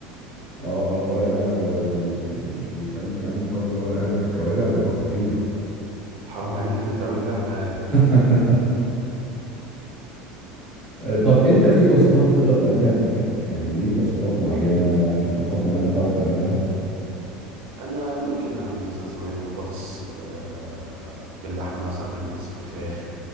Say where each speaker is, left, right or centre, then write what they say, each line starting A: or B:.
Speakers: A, on the right; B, on the right.
A: اه ورق العنب لو بال... بال- بيتعمل كمان طاجن ورق عنب بالكوارع بيبقى خطير
B: حرام عليك اللي انت بتعمله ده احنا يعني مش
A: <laughs> آه، طب انت في وصفات بتقدر تعملها في البيت يعني ليك وصفات معينة في طبخات معينة بتعرف تعملها
B: انا ممكن اعمل مثلا صينيه بطاطس آه، باللحمه صينيه بطاطس بالفراخ